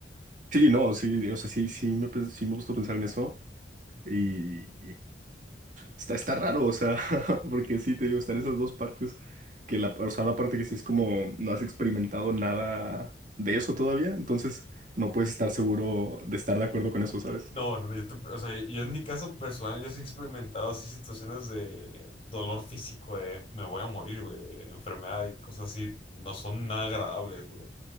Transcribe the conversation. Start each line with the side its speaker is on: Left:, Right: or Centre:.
Right: Sí, no, sí, o sea, sí, sí me, pe- sí me gustó pensar en eso. Y está, está raro, o sea, <laughs> porque sí, te digo, están esas dos partes, que la, o sea, una parte que sí es como no has experimentado nada de eso todavía, entonces no puedes estar seguro de estar de acuerdo con eso, ¿sabes?
Left: No, no, yo, te- o sea, yo en mi caso personal, yo sí he experimentado así situaciones de dolor físico, de me voy a morir, güey, de enfermedad y cosas así, no son nada agradables, güey.